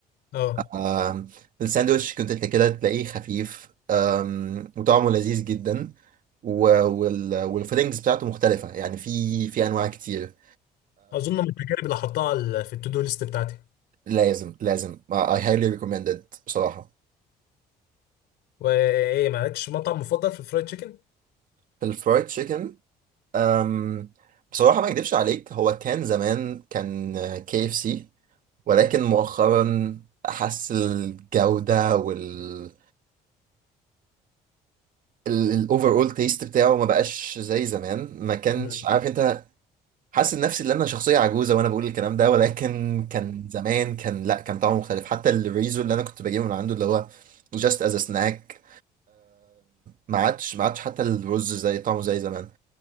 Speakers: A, on the left; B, on the right.
A: اه
B: آم، الساندوتش كنت كده تلاقيه خفيف آم، وطعمه لذيذ جدا و- وال والفيلينجز بتاعته مختلفة يعني في في أنواع كتير
A: اظن من التجارب اللي هحطها على- في التو دو ليست بتاعتي
B: لازم لازم I highly recommend it بصراحة
A: وايه مالكش مطعم مفضل في الفرايد تشيكن
B: في الفرايد تشيكن أم بصراحة ما أكدبش عليك هو كان زمان كان كي اف سي ولكن مؤخرا أحس الجودة وال الأوفر أول تيست بتاعه ما بقاش زي زمان ما كانش
A: امم
B: عارف أنت حاسس نفسي ان انا شخصيه عجوزه وانا بقول الكلام ده ولكن كان زمان كان لا كان طعمه مختلف حتى الريزو اللي انا كنت بجيبه من عنده اللي هو جاست از سناك ما عادش ما عادش حتى الرز زي طعمه زي زمان